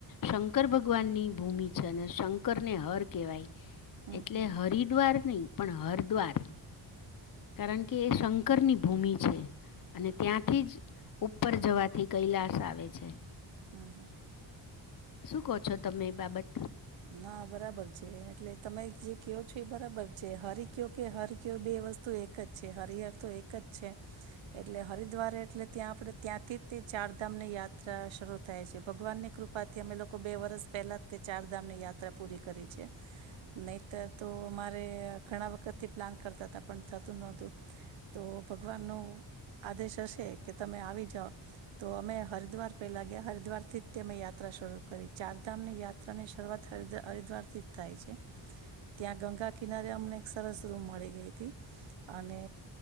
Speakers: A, on the left (about 45°); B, on the right (about 75°).
A: શમ શંકર ભગવાનની ભૂમિ છે અને શંકરને હર કહેવાય.
B: હમ
A: એટલે હરિદ્વાર નહી. પણ હરિદ્વાર કારણ કે એ <unintelligible> ક્કરની ભૂમિ છે. અને ત્યાંથી જ ઉપર જવાથી કૈલાસ આવે છે.
B: હમ્મ હમ્મ
A: શું કહો છો તમે એ બાબત
B: હા બરાબર છે, એટલે તમે જે કહયો છો એ બરાબર છે, હરી કયો કે હર કયો બે વસ્તુ એક જ છે, હરિહર તો એક જ છે, એટલે હરિદ્વારે એટલે ત્યાં આપણે ત્યાંથી તે ચારધામ ની યાત્રા શરૂ થાય છે, ભગવાન ની કૃપાથી અમે લોકો બે વરષ પહેલા તે ચાર ધામની યાત્રા પૂરી કરી છે, નહીંતર તો અ મારે ઘણા વખતથી પ્લાન કરતા હતા પણ થતું નહતું તો ભગવાન નો આદેશ હશે કે તમે આવી જાઓ તો અમે હરિદ્વાર પહેલા ગયા. દ્વાર થી જ તેમમે યાત્રા શરૂ કરી ચાર ધામ ની યાત્રાને તરવાત થઈજા હરિદ્વાર થીજ થાય છે. ત્યાં ગંગા કિનારે અમને એક સરસ રૂમ મળી ગઈ હતી અને